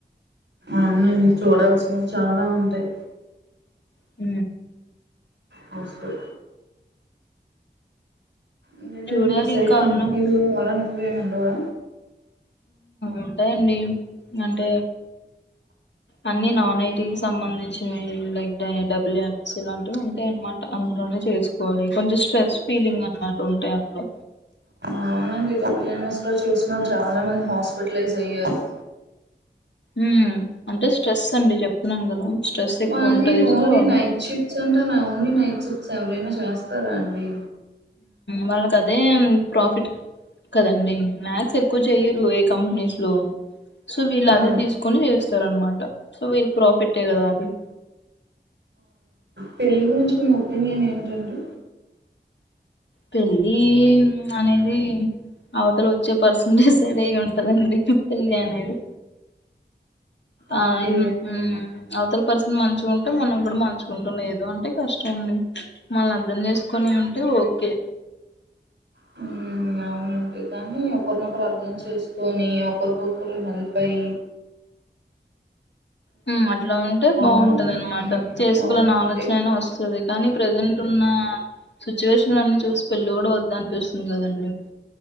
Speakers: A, on the right; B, on the left.
A: అవునండి చూడాల్సినవి చాలా ఉంటాయి
B: హ
A: వసలు ఎందుకేంటంటే
B: చూడాలి
A: మీ సైడ్
B: ఇంకా
A: కంపెనీలు
B: అన్న
A: అలా వేముండవా
B: ఉంటాయండి అంటే అన్ని నాన్ ఐటి సంబంధించినవి లైక్ డబ్ల్యూ ఎన్ఎస్ ఇలాంటివి ఉంటాయి అనమాట అందులోనే చేసుకోవాలి కొంచెం స్ట్రెస్ ఫీలింగ్ అనమాట ఉంటాయి అందులో
A: ఆ అండి డబ్ల్యూఎన్ఎస్ లో చేసిన వాళ్ళు చాలా మంది హాస్పిటలైజ్ అయ్యారు
B: ఉ అంటే స్ట్రెస్ అండి చెప్తున్నాం కదా స్ట్రెస్ ఎక్కువ
A: మనది
B: ఉంటది సో
A: ఓన్లీ నైట్ షిప్ట్స్ అంటా ఓన్లీ నైట్ చిప్స్ ఎవరైనా చేస్తారా అండి
B: వాళ్ళకి అదే ప్రాఫిట్ కదండి మ్యాక్స్ ఎక్కువ చెయ్యరు ఏ కంపెనీస్ లో సో వీళ్ళు
A: ఆ
B: అదే తీసుకొని చేస్తారు అనమాట సో వీళ్ళ ప్రాఫిటే కదా అది
A: పెళ్ళి గురించి మీ ఒపీనియన్ ఏంటండి
B: పెళ్ళి అనేది అవతల వచ్చే పర్సన్ డిసైడ్ అయి ఉంటదండి పెళ్ళి అనేది
A: ఓకే
B: ఆ ఇ హ్మ్ అతల పర్స్ మంచిగా ఉంటే మనం కూడా మంచిగా ఉంటాం లేదు అంటే కష్ మనల్ని అర్థం చేసుకొని ఉంటే ఓ కె
A: హ్మ్ అవునండి కానీ ఒకరినొకరు అర్థం చేస్ పోని ఒకరికొకరు హెల్ప్ అయ్
B: హు అట్లా ఉంటే బాగుంటది
A: హ్మ్.
B: అనమాట చేసుకోవాలన్న
A: అవునండి
B: ఆలోచన అయినా వస్తుంది కానీ ప్రజెంట్ న్నా సిచ్యువేషన్ అన్నీ చూసి పెళ్లి కూడా వద్దు అనిపిస్తుంది కదండి